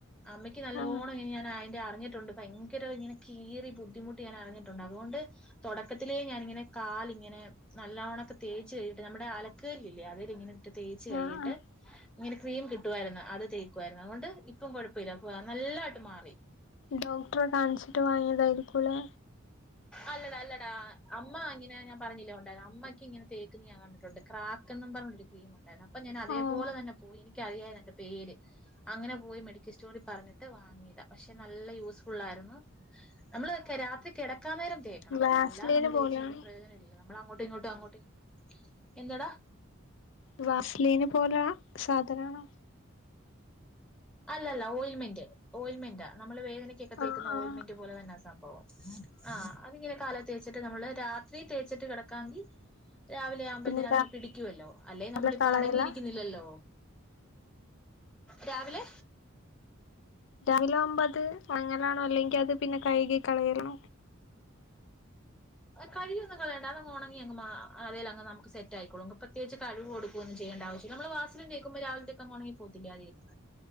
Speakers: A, in the centre; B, on the left.
A: അമ്മയ്ക്ക് നല്ലോണം
B: ആഹ്
A: ഇങ്ങനെ ഞാൻ അയ്ന്റെ അറിഞ്ഞിട്ടുണ്ട് ഭയങ്കര ഇങ്ങനെ കീറി ബുദ്ധിമുട്ട് ഞാൻ അറിഞ്ഞിട്ടൊണ്ട് അതുകൊണ്ട് തൊടക്കത്തിലേ ഞാന് ങ്ങനെ കാല്ങ്ങനെ നല്ലോണക്ക് തേച്ച് കഴ്കീട്ട് നമ്മടെ അലക്ക് കല്ല്ല്ലേ അതേലിങ്ങനിട്ട് തേച്ച് കഴുകീട്ട്
B: ആഹ്
A: ഇങ്ങനെ ക്രീം കിട്ടുവാര്ന്ന് അത് തേക്കുവാര്ന്ന് അത്കൊണ്ട് ഇപ്പം കൊഴപ്പല്ല നല്ലായിട്ട് മാറി.
B: ഡോക്ടറെ കാണിച്ചിട്ട് വാങ്ങിയതായിരിക്കുലെ?
A: അല്ലെടാ, അല്ലെടാ അമ്മ ഇങ്ങനെ ഞാൻ പറഞ്ഞില്ലേ ഒണ്ടാര് അമ്മക്ക് ഇങ്ങനെ തേക്ക്ന്നെ ഞാൻ ക കണ്ടിട്ടുണ്ട് ക്രാക്ക് എന്നും പറഞ്ഞൊരു ക്രീം ഒണ്ടാരുന്നു അപ്പ ഞാൻ അതേപോലെ
B: ആഹ്
A: തന്നെ പോയി എനിക്കറിയാരുന്നയ്ന്റെ പേര് അങ്ങനെ പോയി മെഡിക്കൽ സ്റ്റോറി പറഞ്ഞിട്ട് വാങ്ങിയതാ പക്ഷെ നല്ല യൂസ്ഫുള്ളാരുന്നു. നമ്മള് കെ രാത്രി കെടക്കാൻ നേരം തേക്കണം
B: വാസ്ലീന്
A: അല്ലാ നമ്മള് തേച്ച്
B: പോലാണ്
A: കഴിഞ്ഞാ പ്രയോജനല്ലല്ലൊ നമ്മളങ്ങോ ട്ട് ഇങ്ങോട്ടുങ്ങോട്ട് എന്തെടാ?
B: വാസ്ലീനെ പോലാ സാധനാണോ?
A: അല്ലല്ല ഓയ്ൽമെന്റ് ഓയില്മെന്റ നമ്മള് വേദനക്കൊക്കെ തേക്കുന്ന
B: ആഹ് ആഹ്
A: ഓയ്ൽമെന്റ് പോലതന്നാ സംഭവം. ആഹ് അതിങ്ങന കാലേ തേച്ചിട്ട് നമ്മള് രാത്രി തേച്ചിട്ട് കെടക്കാങ്കി രാവി ലെ ആമ്പഴത്തേന്
B: പിന്നെ
A: അതങ് പിടിക്കുവല്ലോ അല്ലെ
B: രാവിലെ
A: നമ്മളിപ്പ
B: കളയലാ
A: അടങ്ങിയിരിക്കുന്നില്ലല്ലോ. രാവിലെ
B: രാവിലാവുമ്പത് അങ്ങനാണോ അല്ലെങ്കി അത് പിന്നെ കഴ്കി കളയലോ?
A: കഴികിയൊന്നും കളയണ്ട അതങ്ങ് ഒണങ്ങി അങ്ങ് മാ അതേലങ്ങ് ന്നമുക്ക് സെറ്റായിക്കോളും ഇപ്പത് പ്രത്യകിച്ച് കഴുകുവൊ ടുക്കൊന്നും ചെയ്യേണ്ട ആവശില്ല നമ്മള് വാസ്ലൈൻ തേക്കുമ്പോ രാവിലത്തേക്കങ്ങ് ഒണങ്ങി പോത്തില്ലെ അതേപോലെ